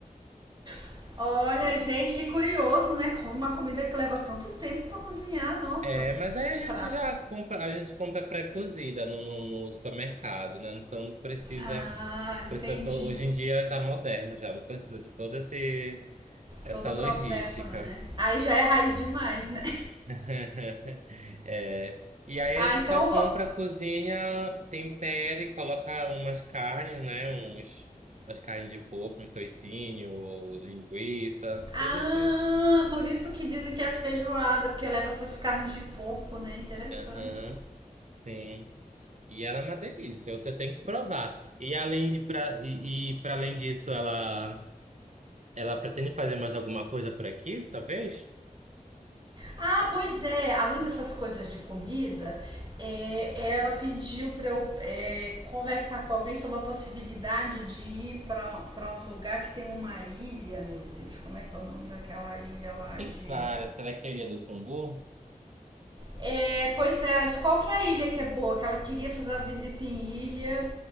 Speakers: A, on the right; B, on the right.
A: <laughs> Olha,
B: E-
A: gente, que curioso, né? Como uma comida que leva tanto tempo pra cozinhar, nossa.
B: É, mas aí a gente
A: Pra...
B: já compra, a gente compra pré-cozida no, no, no supermercado, né? Então não precisa,
A: Ah, entendi.
B: precisa to- hoje em dia tá moderno já, não precisa de toda esse, essa
A: Todo o
B: logística.
A: processo, né? Aí já é raiz demais, né?
B: <laughs> É. E aí
A: Ah,
B: a gente
A: então
B: só
A: eu
B: compra,
A: vou.
B: cozinha, tempera e coloca umas carnes, né? Uns, as carnes de porco, uns toicinho, linguiça,
A: Ah,
B: tudo que.
A: por isso que dizem que é feijoada, porque leva essas carnes de porco, né? Interessante.
B: Aham. Sim. E ela é uma delícia, você tem que provar. E além de pra, e, e para além disso, ela ela pretende fazer mais alguma coisa por aqui, talvez?
A: Ah, pois é, além dessas coisas de comida, é, ela pediu para eu é, conversar com alguém sobre a possibilidade de ir para para um lugar que tem uma ilha, meu Deus, como é que é o nome daquela ilha lá
B: Tem
A: de
B: várias. Será que é a Ilha do Cumbu?
A: É, pois é, ela disse qual que é a ilha que é boa, que ela queria fazer uma visita em ilha